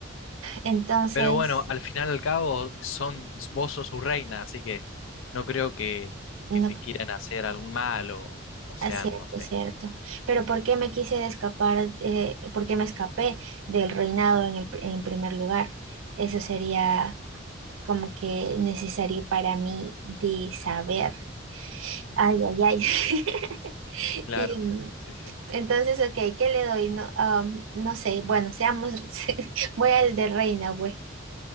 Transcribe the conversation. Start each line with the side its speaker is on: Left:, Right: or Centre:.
Right: entonces,
Left: Pero bueno, al final y al cabo, son, vos sos su reina, así que no creo que,
Right: no
Left: que te quieran hacer algún mal o, o sean,
Right: Ah, cierto,
Left: no sé.
Right: cierto. Pero ¿por qué me quise de escapar, eh, por qué me escapé del reinado en el, pr- en primer lugar? Eso sería como que necesario para mí de saber. Ay, ay, ay. <laughs>
Left: Claro,
Right: Y mm,
Left: sí, sí.
Right: entonces, ok, ¿qué le doy? No, am, no sé, bueno, seamos, <laughs> voy al de reina, güey.